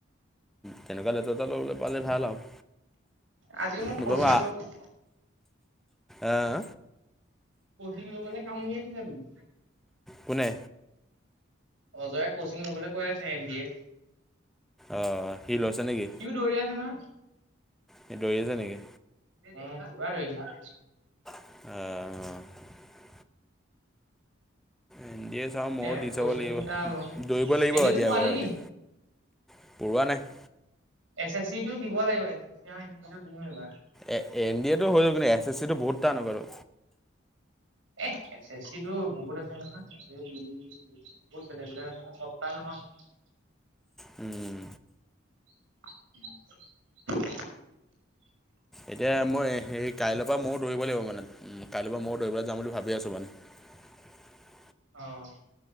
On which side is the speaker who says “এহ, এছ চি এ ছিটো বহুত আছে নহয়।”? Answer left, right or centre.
Right